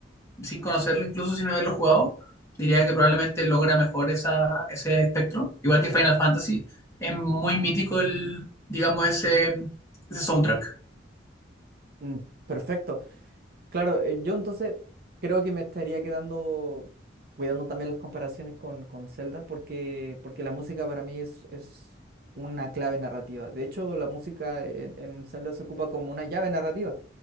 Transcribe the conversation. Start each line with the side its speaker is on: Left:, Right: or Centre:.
Left: sin conocerlo, incluso sin haberlo jugado, diría que probablemente logra mejor esa, ese espectro. Igual que Final Fantasy, es muy mítico el, digamos, ese, ese soundtrack.
Right: Mm, perfecto. Claro, eh, yo entonces creo que me estaría quedando cuidando también las comparaciones con, con Zelda, porque, porque la música para mí es, es una clave narrativa. De hecho, la música en, en Zelda se ocupa como una llave narrativa.